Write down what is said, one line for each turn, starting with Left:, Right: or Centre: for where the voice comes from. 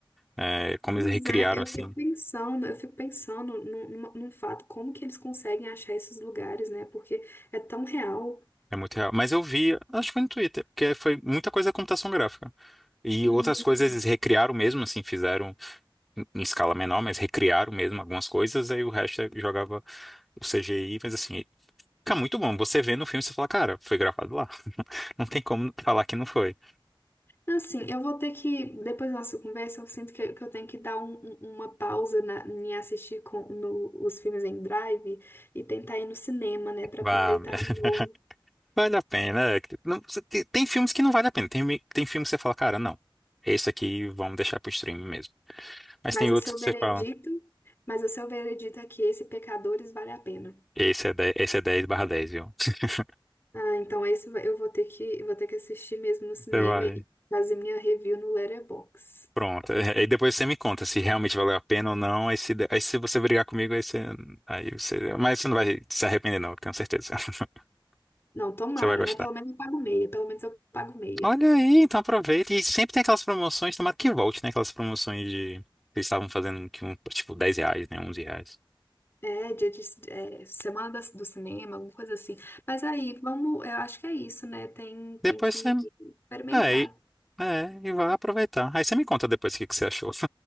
Centre: é, como
Left: Pois
Centre: eles recriaram,
Left: é, eu
Centre: assim.
Left: fico pensando, eu fico pensando num, numa- num fato, como que eles conseguem achar esses lugares, né? Porque é tão real.
Centre: É muito real. Mas eu vi, acho que foi no Twitter, porque foi muita coisa da computação gráfica. E
Left: Hum.
Centre: outras coisas eles recriaram mesmo, assim, fizeram em em escala menor, mas recriaram mesmo algumas coisas, aí o resto é- jogava o CGI, mas assim, fica muito bom. Você vê no filme, você fala, cara, foi gravado lá. <laughs> Não tem como falar que não foi.
Left: Assim, eu vou ter que, depois da nossa conversa, eu sinto que, que eu tenho que dar um- um- uma pausa na, em assistir com, no- os filmes em drive e tentar ir no cinema, né, para
Centre: Vá,
Left: aproveitar de
Centre: <laughs>
Left: novo.
Centre: vale a pena. é que- não- você tem, tem filmes que não vale a pena, tem, mi- tem filmes que você fala, cara, não, esse aqui vamos deixar pro streaming mesmo. Mas
Left: Mas
Centre: tem outros
Left: o seu
Centre: que
Left: veredito,
Centre: você fala,
Left: mas o seu veredito é que esse Pecadores vale a pena.
Centre: esse é dez esse é 10 barra dez viu? <laughs>
Left: Ah, então esse vai- eu vou ter que, vou ter que assistir mesmo no cinema
Centre: Você vai.
Left: e fazer minha review no Letterboxd.
Centre: Pronto. Aí depois você me conta se realmente valeu a pena ou não. Aí se, aí se você brigar comigo, aí você, aí você. Mas você não vai se arrepender, não, eu tenho certeza. <laughs>
Left: Não, tomara,
Centre: Você vai gostar.
Left: né? Pelo menos eu pago meia, pelo menos eu pago meia.
Centre: Olha aí, então aproveita. E sempre tem aquelas promoções, tomara que volte, né? Aquelas promoções de. que Eles estavam fazendo que um, tipo 10 reais, né? 11 reais.
Left: É, dia de, é, semana das- do cinema, alguma coisa assim. Mas aí, vamos, eu acho que é isso, né? Tem, tem
Centre: Depois
Left: que
Centre: você.
Left: experimentar.
Centre: É, e, é, e vai aproveitar. Aí você me conta depois o que que você achou. <laughs>